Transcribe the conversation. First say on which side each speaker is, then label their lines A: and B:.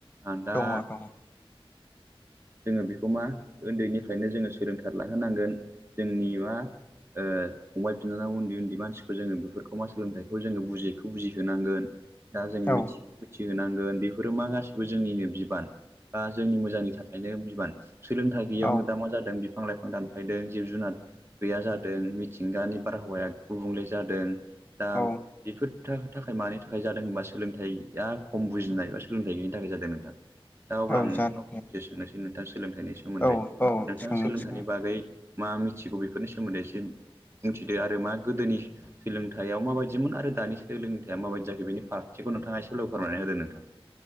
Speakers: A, on the right; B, on the left.
A: आं दा
B: दङ दङ
A: जोङो बेखौ मा उन्दैनिफ्रायनो जोङो सोलोंथार लाहोनांगोन जोंनि मा ओ फंबाय बिनानाव उन्दै उन्दै मानसिखौ जोङो बेफोरखौ मा सोलोंथाइखौ जोङो बुजियिखौ बुजि होनांगोन दा जोंङो
B: औ
A: मिथि मिथिहोनांगोन बेफोरो मा गासैबो जोंनिनो बिबान बा जोंनि मोजांनि थाखायनो सोलोंथाइ गैयियावनो
B: औ
A: दा मा जादों बिफां लाइफां दानफायदों जिब जुनार गैया जादों मिथिंगा नि बारहावाया गुबुंले जादों दा
B: औ
A: बेफोर थाखाय मानि थाखाय जादों होनबा सोलोंथाइ थाइया खम बुजिनाय बा सोलोंथाइ गैयनि थाखाय जादों नोंथां दा अब्ला
B: औ
A: आं नोंथांनाव
B: जागोन दे
A: फंसे सोंनोसै थाइनि सोमोन्दै
B: औ औ
A: नोंथाङा
B: सों
A: सोलोंथाइनि
B: सों
A: बागै मा मिथिगौ बेफोरनि सोमोन्दै एसे बुंथिदो आरो मा गोदोनि सोलोंथाइयाव माबायदिमोन आरो दानि सोलोंथाइया माबायदि जाखो बिनि फारागथि खौ नोंथाङा एसे ल फोरमायनानै होदो नोंथां